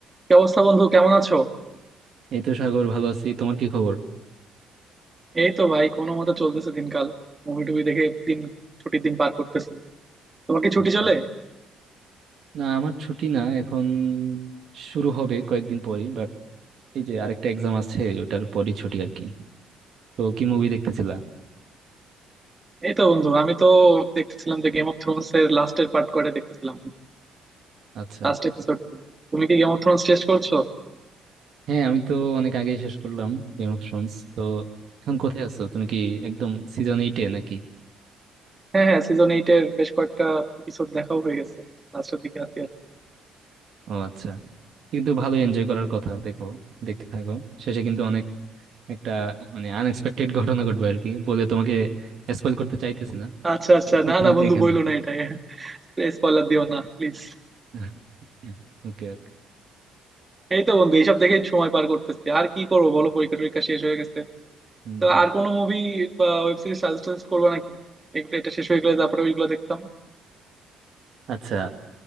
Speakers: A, on the right; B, on the right.
A: কি অবস্থা বন্ধু কেমন আছো
B: এই তো সাগর ভালো আছি তোমার কি খবর
A: এই তো ভাই কোনো মতে চলতেছে দিনকাল মুভি টুভি দেখে দিন ছুটির দিন পার করতেছি তোমার কি ছুটি
B: আচ্ছা
A: চলে
B: না আমার ছুটি না এখন শুরু হবে কয়েকদিন পরেই বাট এই যে আরেকটা এক্সাম আছে ওটার পরই ছুটি আর কি তো কি মুভি দেখতেছিলা
A: এই তো বন্ধু আমি তো দেখতেছিলাম যে গেম অফ থ্রোনস এর লাস্টের পার্ট কয়টা দেখতেছিলাম
B: আচ্ছা
A: Last episode তুমি কি গেম অফ থ্রোনস টেস্ট করছো
B: হ্যাঁ আমি তো অনেক আগেই শেষ করলাম গেম অফ থ্রোনস তো এখন কোথায় আছো তুমি কি একদম সিজন এইটে নাকি
A: হ্যাঁ হ্যাঁ সিজন এইট এর বেশ কয়েকটা এপিসোড দেখাও হয়ে গেছে লাস্টের দিকে আছি আর কি।
B: ও আচ্ছা কিন্তু ভালো এনজয় করার কথা দেখো দেখতে থাকো শেষে কিন্তু অনেক একটা মানে আনএক্সপেক্টেড <laughs> ঘটনা ঘটবে আর কি বলে তোমাকে স্পয়েল করতে চাইতেছি না
A: আচ্ছা আচ্ছা না
B: তুমি
A: না বন্ধু
B: দেখে
A: বইলো
B: না
A: না এটা স্পয়লার দিও না প্লিজ
B: <laughs> ওকে
A: এই তো বন্ধু এইসব দেখেই সময় পার করতেছি আর কি করবো বলো পরীক্ষা টরীক্ষা শেষ হয়ে গেছে
B: হুম,
A: তো
B: হুম।
A: আর কোনো মুভি বা ওয়েব সিরিজ সাজেস্ট করবা নাকি এগুলো এটা শেষ হয়ে গেলে তারপরে ওইগুলো দেখতাম
B: আচ্ছা